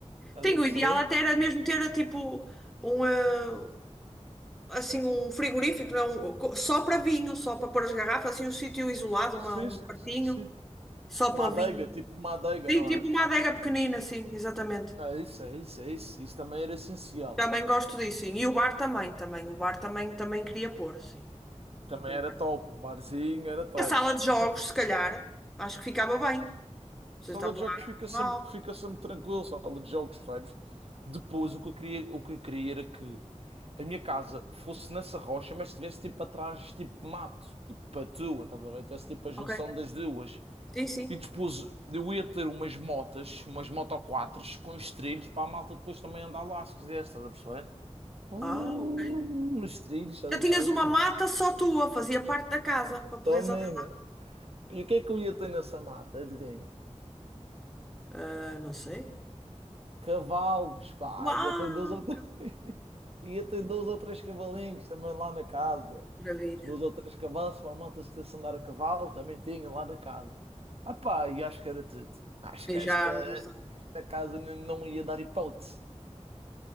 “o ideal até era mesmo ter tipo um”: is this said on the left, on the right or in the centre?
Centre